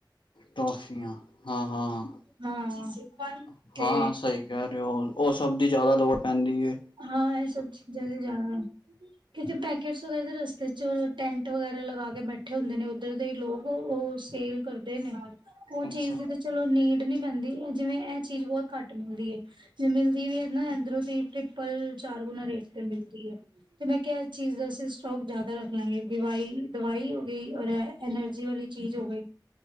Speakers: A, on the left; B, on the right.
A: ਟੋਫੀਆਂ ਹਾਂ-ਹਾਂ-ਹਾਂ-ਹਾਂ
B: ਹਾਂ ਤੇ
A: ਸਈ ਕੈ ਰਏ ਓ-ਓ ਸਬ ਦੀ ਜਾਦਾ ਲੋੜ ਪੈਂਦੀ ਏ।
B: ਹਾਂ ਐ ਸਭ ਚੀਜਾਂ ਜਾਦਾ ਕਿਤੇ ਪੈਕਟਸ ਵਗੈਰਾ ਦੇ ਰਸਤੇ 'ਚ ਟੈਂਟ ਵਗੈਰਾ ਲਗਾ ਕੇ ਬੈਠੇ ਹੁੰਦੇ ਨੇ ਉੱਧਰ ਦੇ ਈ ਲੋਗ ਓ ਸੇਲ ਕਰਦੇ ਨੇ ਓ
A: ਅੱਛਾ
B: ਚੀਜ਼ ਦੀ ਤਾਂ ਚਲੋ ਨੀਡ ਨੀ ਪੈਂਦੀ ਜਿਵੇਂ ਐ ਚੀਜ਼ ਬੋਤ ਘੱਟ ਮਿਲਦੀ ਏ ਜੇ ਮਿਲਦੀ ਵੀ ਨਾ ਇਧਰੋ ਦੀ ਟ੍ਰਿਪਲ ਚਾਰ ਗੁਣਾ ਰੇਟ ਤੇ ਮਿਲਦੀ ਏ। ਤੇ ਮੈਂ ਕਿਆ ਚੀਜ਼ ਦਾ ਅਸੀ ਸਟੋਕ ਜਾਦਾ ਰੱਖ ਲਾਂਗੇ ਦਵਾਈ-ਦਵਾਈ ਹੋ ਗਈ ਔਰ ਐ ਐਨਰਜੀ ਵਾਲੀ ਚੀਜ਼ ਹੋ ਗਈ